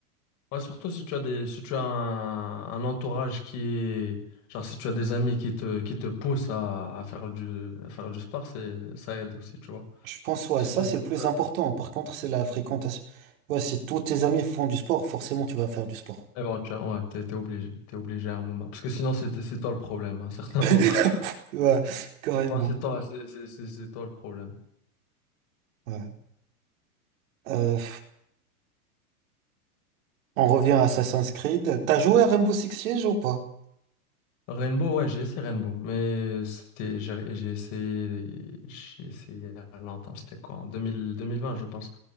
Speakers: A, on the left (about 40°); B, on the right (about 60°).
A: ouais, surtout si tu as des, si tu as un, un entourage qui est, genre si tu as des amis qui te, qui te poussent à, à faire du, à faire du sport, c'est, ça aide aussi, tu vois.
B: Je pense, ouais,
A: Si
B: ça,
A: tu es
B: c'est
A: tout
B: le plus
A: seul,
B: important. Par contre, c'est la fréquentation. Ouais, si tous tes amis font du sport, forcément, tu vas faire du sport.
A: éventuellement, ouais, t'es, t'es obligé, t'es obligé à un moment. Parce que sinon, c'est, c'est toi le problème, à un certain
B: <laughs>
A: moment. <laughs>
B: Ouais, carrément.
A: À un moment, c'est toi, c'est, c'est, c'est c'est toi le problème.
B: Ouais. Euh, on revient à Assassin's Creed. T'as joué à Rainbow Six Siege ou pas?
A: Rainbow, ouais, j'ai essayé Rainbow, mais c'était, j'ai j'ai essayé, j'ai essayé il y a longtemps, c'était quoi, en 2000, 2020, je pense.